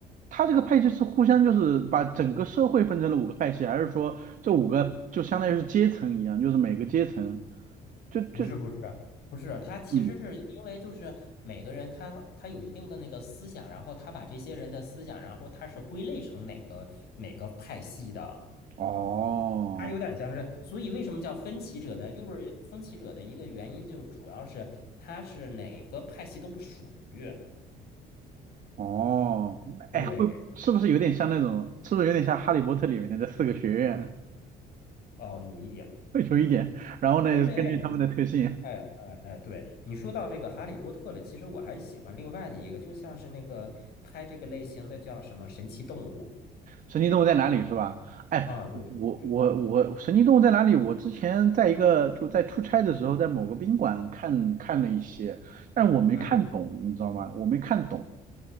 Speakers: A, on the right (about 50°); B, on the left (about 70°).
A: 他这个派系是互相就是把整个社会分成了五个派系，还是说这五个就相当于是阶层一样，就是每个阶层就就
B: 不是不是不是，他其实是因为就是每个人他他有一定的那个思想，
A: 嗯
B: 然后他把这些人的思想，然后他是归类成哪个哪个派系的，
A: 哦
B: 他有点像是，所以为什么叫分歧者呢？就是分歧者的一个原因，就主要是他是哪个派系都不属于。
A: 哦，那哎会是不是有点像那种是不是有点像《哈利波特》里面的这四个学院？
B: 对，
A: <laughs>
B: 哦，有一点，
A: 会有一点，然后呢，
B: 但是哎，
A: 根据他们的特性。
B: 你哎哎哎，对你说到这个《哈利波特》了，其实我还喜欢另外的一个，就像是那个拍这个类型的叫什么《神奇动物》
A: 神奇动物在哪里是吧？哎，
B: 啊，对对对。
A: 我我我，神奇动物在哪里？我之前在一个就在出差的时候，在某个宾馆看看了一些，但我没看懂，
B: 嗯，
A: 你知道吗？我没看懂。